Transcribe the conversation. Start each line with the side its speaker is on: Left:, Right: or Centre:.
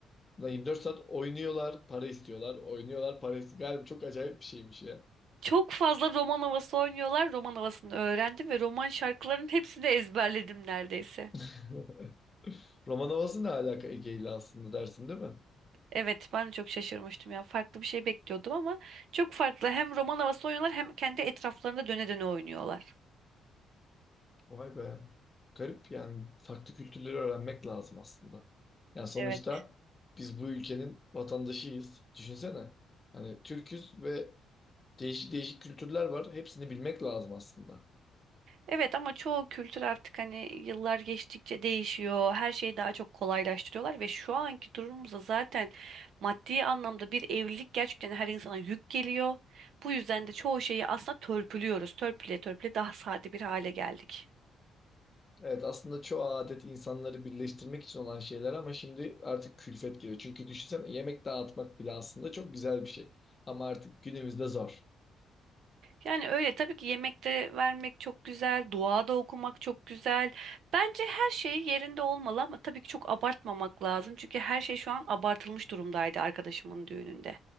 Left: Ulan 24 saat oynuyorlar, para istiyorlar. Oynuyorlar, para istiyorlar. Galiba çok acayip bir şeymiş ya.
Right: Çok fazla roman havası oynuyorlar. Roman havasını öğrendim ve roman şarkılarının hepsini de ezberledim neredeyse.
Left: <laughs> Roman havası ne alaka Ege ile aslında dersin değil mi?
Right: Evet, ben de çok şaşırmıştım ya. Farklı bir şey bekliyordum ama çok farklı. Hem roman havası oynuyorlar hem kendi etraflarında döne döne oynuyorlar.
Left: Vay be. Garip yani farklı kültürleri öğrenmek lazım aslında. Yani sonuçta
Right: Evet.
Left: biz bu ülkenin vatandaşıyız. Düşünsene. Hani Türküz ve değişik değişik kültürler var. Hepsini bilmek lazım aslında.
Right: Evet ama çoğu kültür artık hani yıllar geçtikçe değişiyor. Her şeyi daha çok kolaylaştırıyorlar ve şu anki durumumuzda zaten maddi anlamda bir evlilik gerçekten her insana yük geliyor. Bu yüzden de çoğu şeyi aslında törpülüyoruz. Törpüle törpüle daha sade bir hale geldik.
Left: Evet aslında çoğu adet insanları birleştirmek için olan şeyler ama şimdi artık külfet geliyor. Çünkü düşünsene yemek dağıtmak bile aslında çok güzel bir şey. Ama artık günümüzde zor.
Right: Yani öyle tabii ki yemekte vermek çok güzel, dua da okumak çok güzel. Bence her şey yerinde olmalı ama tabii ki çok abartmamak lazım. Çünkü her şey şu an abartılmış durumdaydı arkadaşımın düğününde.